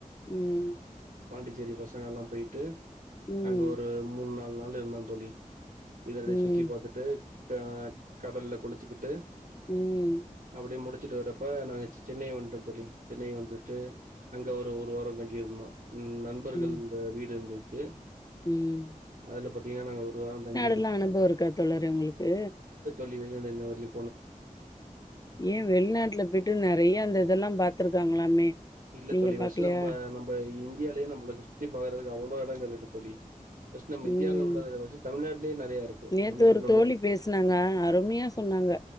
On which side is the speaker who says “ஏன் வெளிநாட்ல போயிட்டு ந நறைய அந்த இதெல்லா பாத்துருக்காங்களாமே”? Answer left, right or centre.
Left